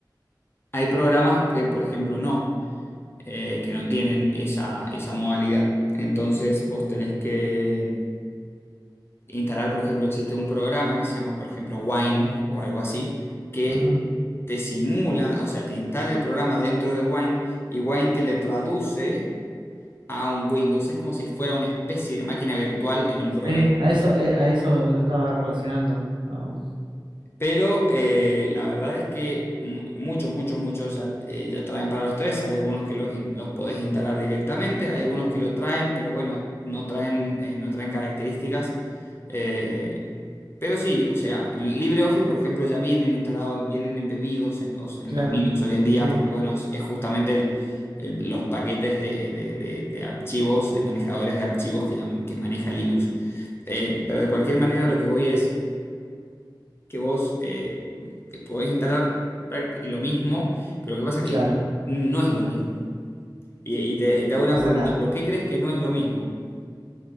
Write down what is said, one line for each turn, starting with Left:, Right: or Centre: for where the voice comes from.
Left: Hay programas que, por ejemplo, no, eh, que no tienen esa, esa modalidad. Entonces vos tenés que instalar, por ejemplo, existe un programa que se llama, por ejemplo, Wine o algo así, que
Right: ujú,
Left: te simula, o sea, te instala el programa dentro de Wine y Wine te le traduce a un Windows. Es como si fuera una especie de máquina virtual en un programa.
Right: Sí, a eso, eh, a eso lo estaba relacionando. Um,
Left: Pero eh, la verdad es que mu- muchos, muchos, muchos ya, eh, ya traen para los tres. Hay algunos que los, in- los podés instalar directamente, hay algunos que lo traen, pero bueno, no traen, eh, no traen características. Eh, pero sí, o sea, LibreOffice, por ejemplo, ya vienen instalados, vienen embebidos en los, en
Right: claro,
Left: los Linux hoy en
Right: sí,
Left: día,
Right: sí,
Left: porque bueno, es es justamente el- el- los paquetes de, de- de- de archivos, de manejadores de archivos que, ya- que maneja Linux. Eh, pero de cualquier manera, lo que voy es que vos eh, podés instalar práct- lo mismo, pero lo que pasa es
Right: claro.
Left: que no es lo mismo. Y, y te, y te hago una
Right: O sea,
Left: pregunta, ¿por qué crees que no es lo mismo?